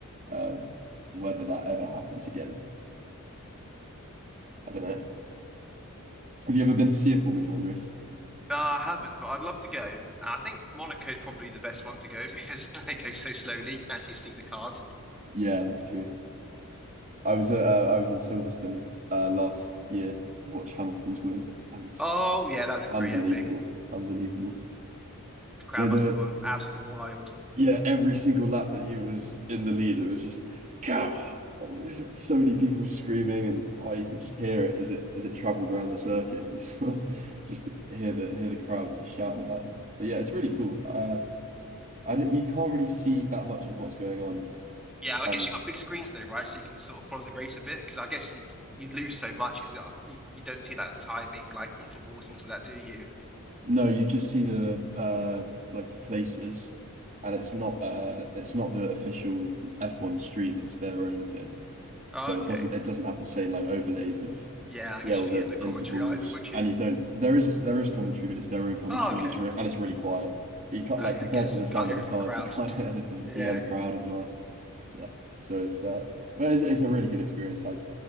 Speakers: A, on the right; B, in the centre.
A: um, whether that ever happens again, I don't know. Have you ever been to see a Formula One race?
B: No, I haven't, but I'd love to go. I think Monaco is probably the best one to go <laughs> because they go so slowly. You can actually see the cars.
A: Yeah, that's true. I was at, uh, I was in Silverstone uh, last year. I watched Hamilton's win, and it was
B: Oh yeah, that'd been
A: Unbelievable.
B: pretty epic.
A: Unbelievable.
B: The crowd
A: Like
B: must
A: the
B: have gone absolutely wild.
A: yeah, every single lap that he was in the lead, it was just go. on. There's like so many people screaming and oh you could just hear it as it as it traveled around the circuit. You saw <laughs> just hear the hear the crowd shouting about him. But yeah, it's really cool. Uh I don't- you can't really see that much of what's going on.
B: Yeah, I
A: And
B: guess you've got big screens though, right? So you can sort of follow the race a bit because I guess you you'd lose so much because you, you don't see that timing, like intervals and all that, do you?
A: no, you just see the uh like the places and it's not uh it's not the official F1 stream, it's their own thing.
B: Okay.
A: So it doesn't it doesn't have the same like overlays of
B: Yeah, I
A: yeah
B: guess
A: all
B: you'd
A: the
B: hear no commentary
A: intervals
B: either, would you?
A: and you don't there is there is commentary but it's their own commentary
B: Oh, okay.
A: and it's re and it's really quiet. You can't
B: I,
A: like compared
B: I guess
A: to the
B: you
A: sound
B: can't hear
A: of the
B: it
A: cars
B: for the crowd.
A: you <laughs> can't hear anything.
B: Yeah.
A: Yeah, the crowd as well. Yeah, so it's uh but it's, it's a really good experience. I'd